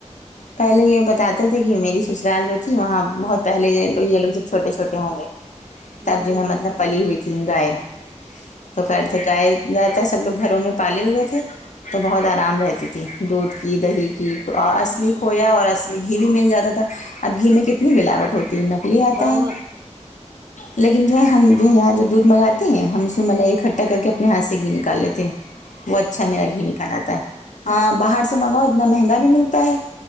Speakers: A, on the left (about 85°); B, on the right (about 30°).
A: پہلے یہ بتاتے تھے کہ میری سسرال جو تھی وہاں بہت پہلے جو یہ لوگ جب چھوٹے چھوٹے ہوں گے
B: ہوں
A: تب جو ہے مطلب پلی ہوئی تھی گائے تو کر گاے اتنا اچھا سب لوگ گھروں میں پالے ہوئے تھے تو بہت آرام رہتی تھی دودھ کی دہی کی اصلی
B: ہوں
A: کھویا اور اصلی گھی بھی مل جاتا تھا اب گھی میں کتنی ملاوٹ ہوتی ہے نکلی آتا
B: بہت
A: ہے لیکن جو ہے ہم جو ہے یہاں جو دودھ منگاتے ہیں ہم اسے ملائی اکٹھا کر کے اپنے ہاتھ سے گھی نکال لیتے ہیں وہ اچھا میرا گھی نکال آتا ہے ہاں باہر سے منگاؤ اتنا مہنگا بھی ملتا ہے